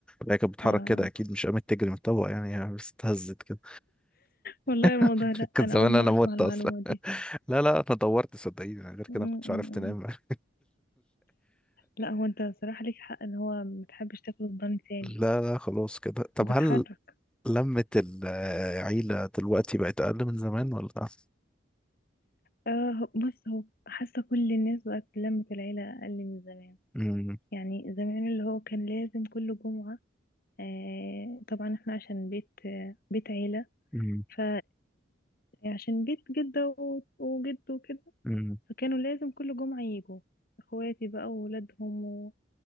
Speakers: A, in the centre; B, on the left.
A: فهي كانت بتتحرك
B: اه
A: كده أكيد مش قامت تجري من الطبق يعني هي بس اتهزت كده
B: والله
A: <laughs>
B: الموضوع لا
A: كان
B: انا
A: زمان
B: اول مرة
A: أنا
B: اسمع
A: مت
B: المعلومة
A: أصلا
B: دي
A: لا لا انا دورت صدقيني أنا غير كده
B: م- م-
A: ما كنتش عرفت انام
B: م.
A: <laughs>
B: لا هو انت صراحة ليك حق ان هو متحبش تاكل الضن تاني
A: لا لا خلاص كده طب
B: بتحرك
A: هل لمة العيلة دلوقتي بقت اقل من زمان ولا
B: اه بص هو حاسة كل الناس بقت لمة العيلة اقل من زمان
A: امم
B: يعني زمان اللي هو كان لازم كل جمعة آه طبعا احنا عشان بيت آه بيت عيلة
A: امم
B: ف عشان بيت جدة و- وجد وكده
A: امم
B: فكانوا لازم كل جمعة يجوا اخواتي بقى وولادهم و...